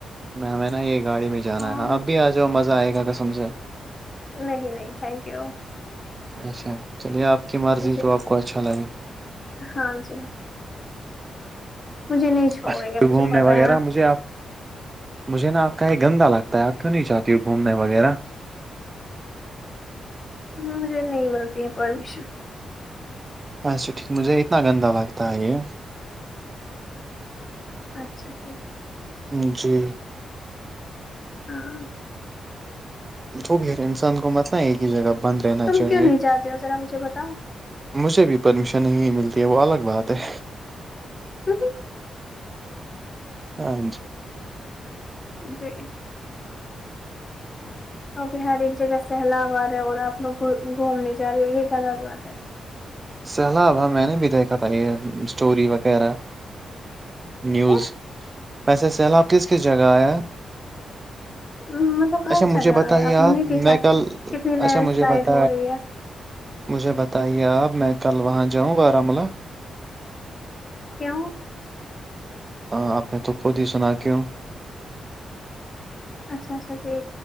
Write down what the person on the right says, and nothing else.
میں ہمیں نہ یہ گاڑی میں جانا
ہے آپ بھی آ جاؤ مزہ آئے گا قسم سے
اچھا چلیے آپ کی مرضی
جو آپ کو اچھا لگے
بس
تو
گھومنے
وغیرہ
مجھے اب مجھے نہ آپ کا یہ گندا لگتا ہے آپ کیوں نہیں جاہتی ہو گھومنے وغیرہ
اچھا ٹھیک مجھے اتنا گندا لگتا ہے یہ
ہوں جی
یہ جو بھی ہے انسان کو مطلب ایک ہی جگہ بند رہنا
چاہیے
مجھے بھی پرمیشن نہیں ملتی ہے وہ الگ بات ہے
ہاں جی
سہلاب ہاں میں نے بھی دیکھا تھا یہ اسٹوری وغیرہ نیوز
ویسے سیلاب کس کس جگہ آیا
اچھا
مجھے بتائیے
آپ
میں کل
اچھا مجھے
بت
مجھے بتائیے آپ میں کل وہاں جاؤں بارملہ
ا آپ نے تو خود ہی سنا کےآو